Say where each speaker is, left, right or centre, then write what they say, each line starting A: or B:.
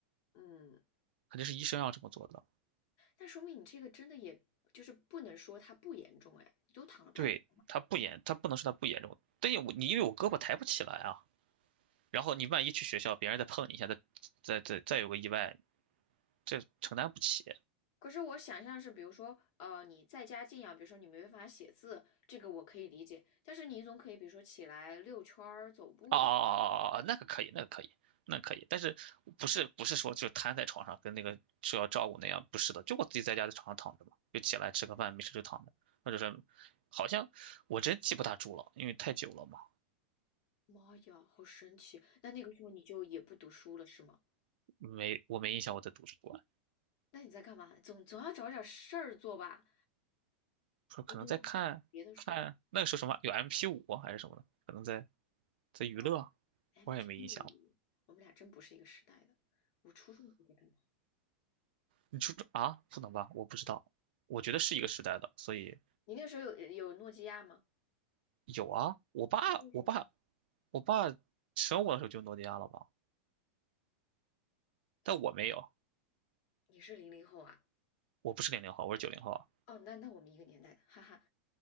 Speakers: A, on the left; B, on the right.
A: 嗯，
B: 肯定是医生要这么做的。
A: 那说明你这个真的也就是不能说它不严重，哎，你都躺了半年。
B: 对，他不严，他不能说他不严重，但是我你因为我胳膊抬不起来啊，然后你万一去学校，别人再碰你一下，再再再再有个意外，这承担不起。
A: 可是我想象是，比如说，呃，你在家静养，比如说你没办法写字，这个我可以理解。但是你总可以，比如说起来遛圈儿、走步吧。
B: 啊哦哦哦哦，那个可以，那个可以，那可以，但是不是不是说就瘫在床上跟那个说要照顾那样，不是的，就我自己在家在床上躺着嘛，就起来吃个饭，没事就躺着，或者是好像我真记不大住了，因为太久了嘛，
A: 妈呀，好神奇！那那个时候你就也不读书了，是吗？
B: 没我没印象我在图书馆，
A: 那你在干嘛？总总要找点事儿做吧，
B: 说可能在看看那个时候什么有
A: 读读别的书。
B: m p 五啊还是什么的，可能在在娱乐，
A: 哇，MP5，
B: 我也没印象了。
A: 我们俩真不是一个时代的。我初中时候在干嘛？
B: 你初中啊？不能吧？我不知道，我觉得是一个时代的，所以
A: 你那个时候有有诺基亚吗？
B: 有啊，我爸，
A: 初中时候，
B: 我爸，我爸生我的时候就诺基亚了吧？
A: 嗯，
B: 但我没有，
A: 你是零零后啊？
B: 我不是零零后，我是九零后啊
A: 哦，那那我们一个年代的，哈哈，